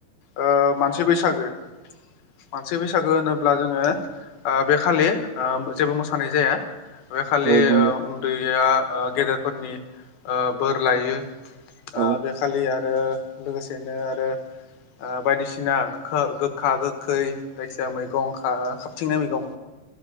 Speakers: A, on the left (about 80°); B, on the right (about 85°).
A: ओ मानसि बैसागो मानसि बैसागो होनो अब्ला जोङो ओ बे खालि ओम जेबो मोसौ खानाय जाया बे खालि
B: औ नंगौ
A: ओ उन्दैया ओ गेदेरफोरनि ओ बोर लायो ओ
B: औ
A: बेखालि आरो लोगोसेनो आरो ओ बायदिसिना गोखा गोखा गोखै जायखिजाया मैगं खा-खाबथिंनाय मैगं